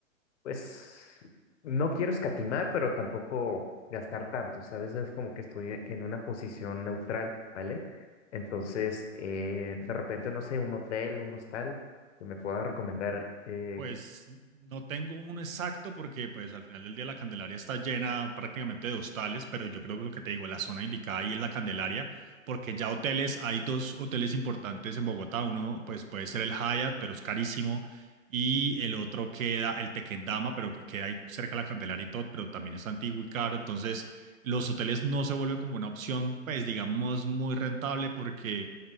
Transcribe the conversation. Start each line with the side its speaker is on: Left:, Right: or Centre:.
Left: pues no quiero escatimar, pero tampoco gastar tanto, ¿sabes? Es como que estoy e- en una posición neutral, ¿vale? Entonces, eh, de repente, no sé, un hotel, un hostal, que me pueda recomendar eh,
Right: Pues no tengo un exacto porque pues al final del día la Candelaria está llena prácticamente de hostales, pero yo creo que lo que te digo, la zona indicada ahí es la Candelaria, porque ya hoteles, hay dos hoteles importantes en Bogotá, uno pues puede ser el Hyatt, pero es carísimo, y el otro queda el Tequendama, pero que queda ahí cerca de la Candelaria y todo, pero también es antiguo y caro, entonces los hoteles no se vuelven como una opción pues digamos muy rentable porque